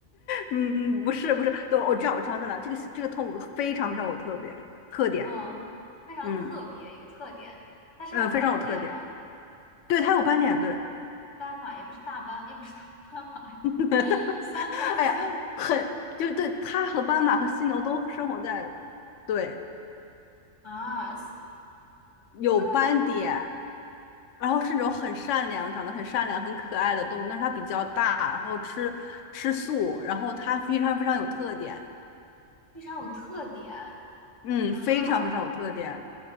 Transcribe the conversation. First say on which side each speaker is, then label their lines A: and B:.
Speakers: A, on the left; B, on the left.
A: 嗯，嗯不是不是，对，我知道我知道在哪。这个这个动物非常非常有特别特点，
B: 嗯，非常特别，
A: 嗯
B: 有特点。它身上有斑点吗？
A: 嗯，呃非常有特点。对，它有斑点，对。
B: 斑马也不是大斑，也不是大斑马，<laughs>
A: <laughs>
B: 三个字
A: 哎呀，很，就对，它和斑马和犀牛都生活在，对，
B: 啊，三
A: 有斑点，
B: 个字
A: 然后是那种很善良、长得很善良、很可爱的动物，但是它比较大，然后吃吃素，然后它非常非常有特点，
B: 非常有特点
A: 嗯，
B: 啊。
A: 非常非常有特点。